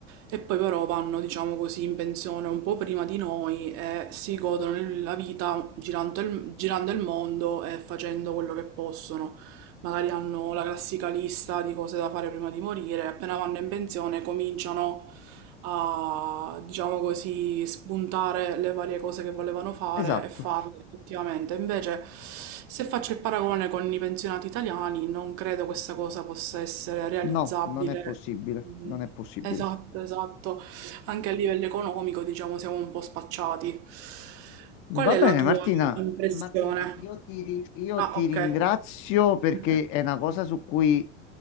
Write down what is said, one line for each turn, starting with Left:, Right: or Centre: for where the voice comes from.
Right: e poi però vanno, diciamo così, in pensione un po' prima di noi e si godono la vita girando il, girando il mondo e facendo quello che possono. Magari hanno la classica lista di cose da fare prima di morire, appena vanno in pensione cominciano a, diciamo così, spuntare le varie cose che volevano fare
Left: Esatto.
Right: e farle effettivamente. Invece, se faccio il paragone con i pensionati italiani, non credo questa cosa possa essere realizzabile.
Left: No, non è possibile,
Right: Mm,
Left: non è possibile.
Right: Esatto, esatto. Anche a livello economico, diciamo, siamo un po' spacciati.
Left: Va
Right: Qual è
Left: bene,
Right: la tua
Left: Martina.
Right: impressione?
Left: Martina, io ti, ri- io
Right: Ah,
Left: ti
Right: ok.
Left: ringrazio perché
Right: <laughs>
Left: è una cosa su cui